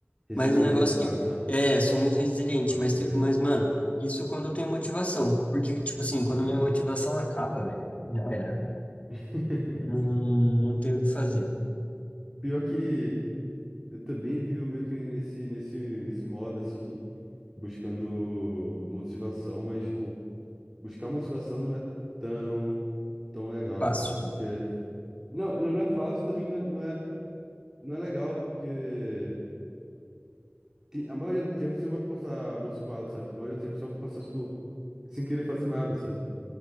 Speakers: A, on the right; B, on the left.
A: Resiliência,
B: Mas o negócio
A: no caso,
B: que
A: né?
B: é, sou muito resiliente,
A: Pode
B: mas
A: crer.
B: tem- mas mano, isso é quando eu tenho motivação, porque tipo assim, quando
A: Sim.
B: minha motivação acaba, velho, já era.
A: <laughs>
B: Não, não tenho o que fazer.
A: Pior que eu também vivo meio que nesse, nesse, nesse modo assim, buscando motivação, mas, tipo, buscar motivação não é tão, tão legal,
B: Fácil.
A: sabe? Porque. Não, não não é fácil, também não é, não é, não é legal, porque. tem- a maioria do tempo você não vai passar motivado, sabe? A maioria do tempo você vai passar, tipo, sem querer fazer nada, sabe?